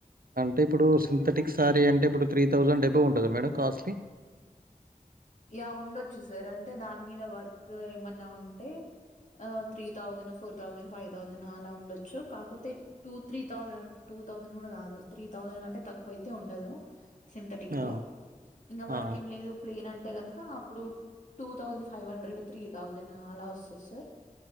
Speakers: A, on the right; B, on the left.
A: అంటే ఇప్పుడు సింథెటిక్ శారీ అంటే ఇప్పుడు త్రీ థౌజండ్ డెబ్బో ఉంటుందా మేడం కాస్ట్
B: యా ఉండొచ్చు సార్ అంటే దాని మీద వర్క్ ఏమన్నా ఉంటే three thousand four thousand five thousand అలా ఉండొచ్చు కాకపోతే two three thousand two thousand కూడా కాదు త్రీ థౌసండ్ కంటే తక్కువ అయితే ఉండదు. సింథటిక్
A: ఆ
B: లో ఇంకా వరకేం
A: ఆ
B: లేదు ప్లేన్ అంటే కనుక అప్పుడు two thousand five hundred three thousand అలా వస్తుంది సార్